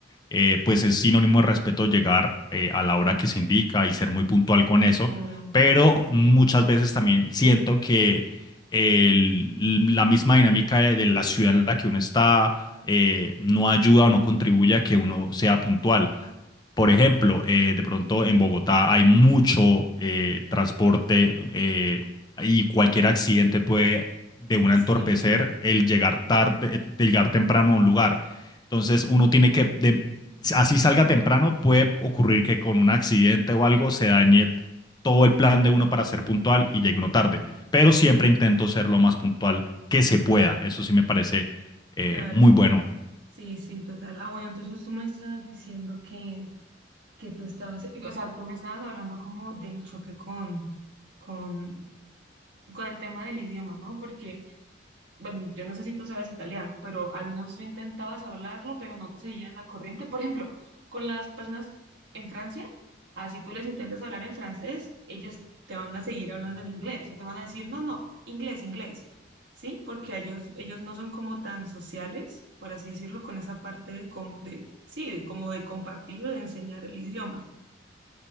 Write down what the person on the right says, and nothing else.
Claro.
Sí,
ujú,
Claro,
sí, sí, total. Ah, bueno, entonces tú me estabas diciendo que, que tú estabas, o sea, tú me estabas hablando como del choque con, con, con el tema del idioma, ¿no? Porque bueno, yo no sé si tú sabes italiano, pero al menos tú intentabas hablarlo, pero no te seguían la corriente. Por ejemplo, con las personas en Francia, así tú les intentas hablar en francés, ellos te van a seguir hablando en inglés o te van a decir, no, no, inglés, inglés, ¿sí? Porque ellos, ellos no son como tan sociales, por así decirlo, con esa parte de, com- de- sí, de- como de compartir o de enseñar el idioma.